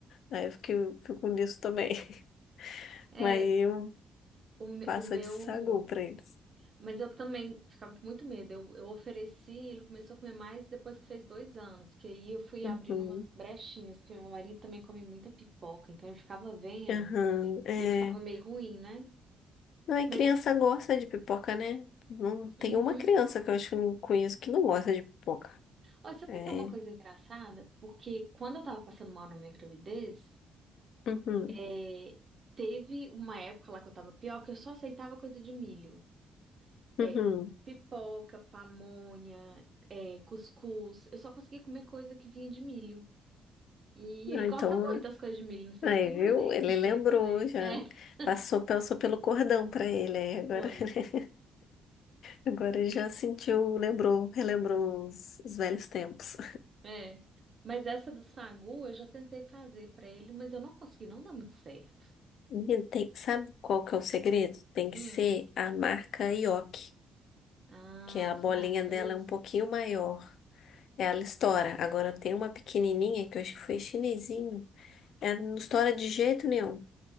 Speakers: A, on the left (about 70°); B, on the right (about 40°).
A: aí eu fico fico nisso também. <laughs>
B: É,
A: Mas eu
B: o, me-
A: passo
B: o meu.
A: de sagu pra eles.
B: Mas eu também ficava com muito medo. Eu, eu ofereci, ele começou a comer mais depois que fez dois anos, que aí eu fui
A: Uhum.
B: abrindo umas brechinhas, porque meu marido também come muita pipoca, então ele ficava vendo
A: Aham, é.
B: e ele ficava meio ruim, né?
A: Não, e
B: Mas.
A: criança gosta de pipoca, né? Não tem
B: uhum,
A: uma criança que eu acho que eu não conheço que não gosta de pipoca.
B: Olha, sabe
A: É.
B: o que que é uma coisa engraçada? Porque quando eu tava passando mal na minha gravidez,
A: Uhum.
B: é, teve uma época lá que eu tava pior, que eu só aceitava coisa de milho. É,
A: Uhum.
B: pipoca, pamonha, é, cuscuz. Eu só conseguia comer coisa que vinha de milho. E ele
A: Ah,
B: gosta
A: então.
B: muito das coisas de milho. Não sei
A: Aí,
B: se tem
A: viu?
B: a ver
A: Ele
B: com isso
A: lembrou
B: daí também.
A: já.
B: <laughs> É,
A: Passou, passou pelo cordão pra ele. aí agora,
B: foi.
A: <laughs> agora ele já sentiu, lembrou, relembrou os, os velhos tempos.
B: É. Mas essa do sagu eu já tentei fazer pra ele, mas eu não consegui, não dá muito certo.
A: Menino, tem- sabe qual que é o segredo? Tem que
B: Hum.
A: ser a marca Yoki,
B: Ah,
A: que a
B: será
A: bolinha
B: que foi
A: dela é
B: isso?
A: um pouquinho maior. Ela estoura. Agora tem uma pequenininha que eu acho que foi chinesinho. Ela não estoura de jeito nenhum.